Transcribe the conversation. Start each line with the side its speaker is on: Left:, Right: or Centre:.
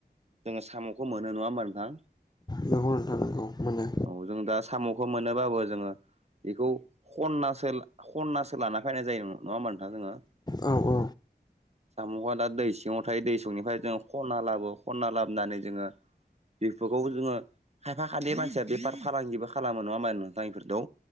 Right: जोङो साम'खौ मोनो नङा होमबा नोंथां?
Left: नंगौ नोंथां नंगौ मोनो
Right: औ जों दा साम'खौ मोनोबाबो जोङो बेखौ खननासो खननासो लाना फैनाय जायो नङा होमबा नोंथां जोङो।
Left: औ औ
Right: <inaudible> साम'आ दा दै सिङाव थायो दैसंनिफ्राय जोङो खनना लाबो खनना लाबोनानै जोङो बेफोरखौबो जोङो खायफा खायनै मानसिया बेफार फालांगिबो खालामो नंङा होमबा नोंथां इफोरदौ